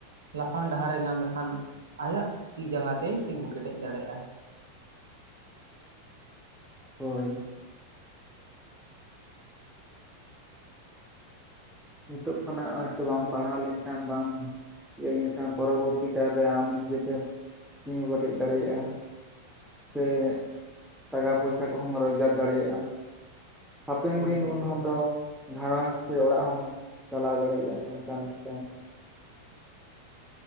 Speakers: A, on the right; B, in the centre.
A: ᱞᱟᱯᱷᱟᱝ ᱰᱟᱦᱟᱨ ᱮ ᱧᱟᱢ ᱞᱮᱠᱷᱟᱱ ᱟᱭᱟᱜ ᱛᱤ ᱡᱟᱸᱜᱟ ᱛᱮ ᱛᱤᱸᱜᱩ ᱠᱮᱴᱮᱡ ᱫᱟᱲᱮᱭᱟᱜᱼᱟᱭ᱾
B: ᱦᱳᱭ᱾ ᱱᱤᱛᱳᱜ ᱠᱷᱚᱱᱟᱜ ᱦᱚᱸᱜ-ᱚᱭ ᱛᱚ ᱵᱟᱢ ᱯᱟᱲᱦᱟᱣ ᱞᱮᱱᱠᱷᱟᱱ ᱵᱟᱢ ᱤᱭᱟᱹ ᱞᱮᱱᱠᱷᱟᱱ ᱯᱚᱨᱚᱵᱚᱨᱛᱤ ᱠᱟᱞᱨᱮ ᱟᱢ ᱱᱤᱡᱮᱛᱮᱢ ᱛᱤᱸᱜᱩ ᱠᱮᱴᱮᱡ ᱫᱟᱲᱮᱭᱟᱜᱼᱟ᱾ ᱥᱮ ᱴᱟᱠᱟ ᱯᱚᱭᱥᱟ ᱠᱚᱦᱚᱸᱢ ᱨᱚᱡᱽᱜᱟᱨ ᱫᱟᱲᱮᱭᱟᱜᱼᱟ᱾ ᱦᱟᱯᱮᱱ
A: ᱦᱳᱭ
B: ᱫᱤᱱ
A: ᱦᱳᱭ
B: ᱩᱱ ᱦᱚ ᱫᱚ ᱜᱷᱟᱨᱚᱸᱡᱽ ᱥᱮ ᱚᱲᱟᱜ ᱦᱚᱢ ᱪᱟᱞᱟᱣ ᱫᱟᱲᱮᱭᱟᱜ-ᱟ, ᱚᱱᱠᱟ ᱱᱤᱛᱚᱝᱼᱼ